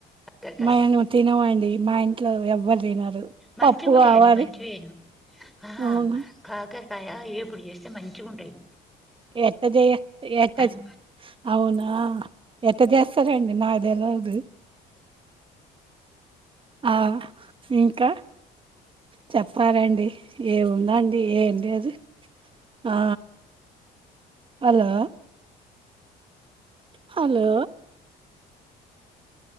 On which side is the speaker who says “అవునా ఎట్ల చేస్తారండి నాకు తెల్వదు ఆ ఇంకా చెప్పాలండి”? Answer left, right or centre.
Right